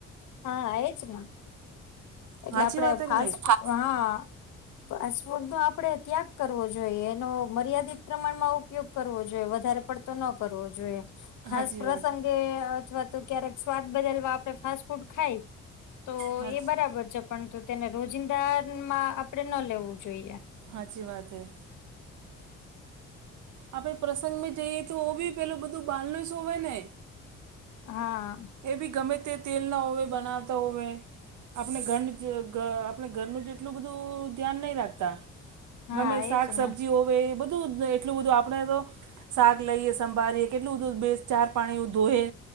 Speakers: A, on the left (about 75°); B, on the right (about 75°).
A: હા એજ ને એટલે
B: સાચી
A: આપડે
B: વાત હે
A: ફાસ્ટ
B: કે નહીં
A: ફૂડ હા. ફાસ્ટફૂડ નો આપડે ત્યાગ કરવો જોઈએ એનો મર્યાદિત પ્રમાણમાં ઉપયોગ કરવો જોઈએ વધારે પડતો ન કરવો જોઈએ.
B: હાચી
A: ખાસ પ્રસંગે
B: વાત.
A: અથવા તો ક્યારેક સ્વાદ બદલવા આપડે ફાસ્ટ ફૂડ ખાય. તો
B: હાચી
A: એ બરાબર છે પણંતુ તેને રોજિંદામાં આપણેે ન લેવું જોઈએ.
B: હાચી વાત હૈ. આપડે પ્રસંગ મે જઈએ તો ઓ બી પેલું બધું બાલણુંસ હોવે ને.
A: હા.
B: એ ભી ગમે તે તેલ ના હોવે બનાવતા હોવે. આપણે ઘરનું જ ગા આપણે ઘરનું જેટલું બધું ધ્યાન નહીં રાખતા.
A: હા
B: ગમે શાક
A: એજ
B: સબ્જી
A: ને
B: હોવે એ બધું એટલું બધું આપણે તો શાક લઈએ સંભારીએ કેટલુંબધું બે ચાર પાણી એવુ ધોઈએ,